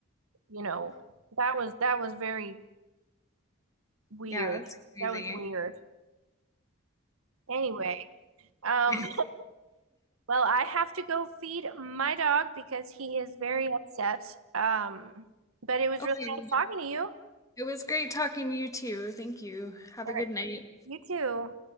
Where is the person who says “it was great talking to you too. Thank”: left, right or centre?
Left